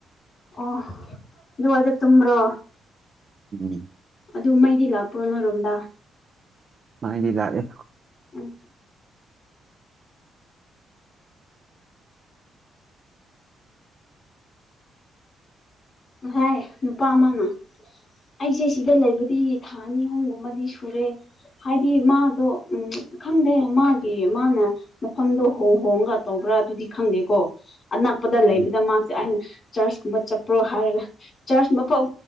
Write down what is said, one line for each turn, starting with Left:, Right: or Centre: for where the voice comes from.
Left: ꯑꯣ ꯑꯗꯨꯋꯥꯏꯗ ꯇꯨꯝꯕ꯭ꯔꯣ
Right: ꯎꯝ
Left: ꯑꯗꯨ ꯃꯩꯗꯤ ꯂꯥꯛꯄ꯭ꯔꯣ ꯅꯣꯏꯔꯣꯝꯗ
Right: ꯃꯩꯗꯤ ꯂꯥꯛꯑꯦ
Left: ꯎꯝ ꯉꯁꯥꯏ ꯅꯨꯄꯥ ꯑꯃꯥꯅ ꯑꯩꯁꯦ ꯁꯤꯗ ꯂꯩꯕꯗꯤ ꯊꯥ ꯑꯅꯤ ꯑꯍꯨꯝꯒꯨꯝꯕꯗꯤ ꯁꯨꯔꯦ ꯍꯥꯏꯗꯤ ꯃꯥꯗꯣ ꯎꯝ ꯈꯪꯗꯦ ꯃꯥꯒꯤ ꯃꯥꯅ ꯃꯐꯝꯗꯣ ꯍꯣꯡ ꯍꯣꯡꯉꯒ ꯇꯧꯕ꯭ꯔꯥ ꯑꯗꯨꯗꯤ ꯈꯪꯗꯦꯀꯣ ꯑꯅꯛ ꯄꯗ ꯂꯩꯕꯗ
Right: ꯎꯝ
Left: ꯃꯥꯁꯦ ꯑꯩꯅ ꯆꯔꯁꯀꯨꯝꯕ ꯆꯠꯄ꯭ꯔꯣ ꯍꯥꯏꯔꯒ ꯆꯥꯔꯁ ꯃꯐꯝ